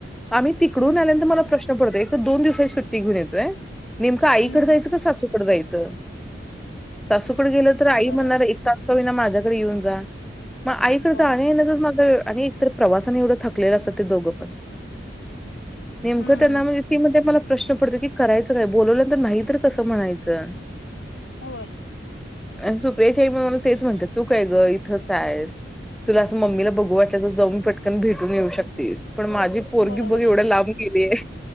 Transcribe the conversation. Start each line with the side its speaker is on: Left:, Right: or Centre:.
Centre: आम्ही तिकडून
Left: हम्म
Centre: आल्यानंत मलाश्न पडतोय एक तर दोन दिवसाची सुट्टी घेन येतोय नेमकं आईकड
Left: हम्म
Centre: जायचं का सासूकड जायचं सासूकडे गेल तर आई
Left: बरं
Centre: म्हणणार एक तास कमी ना माझ्याकडे येऊन जा मग आईकड
Left: होय
Centre: जा आहे न तर माझं आणि एकतर प्रवासाने एवढं थकलेलं असतं ते दोघं पण नेमकं
Left: हम्म
Centre: त्यांना म्हणजे ती मध्ये मला प्रश्न पडतो की करायचं काय बोलवल्यांत नाही तर कसं म्हणायचं
Left: होय
Centre: आणि सुप्रे साई म्हण मला तेच म्हणतात तू काय ग इथंच आहेस तुला असं मम्मीला बघू वाटल्या तर जाऊन पटकन भेटून येऊ शकतेस पण माझी पोरगी
Left: बरोबर
Centre: बघ एवढं
Left: आहे
Centre: लांब गेलीय.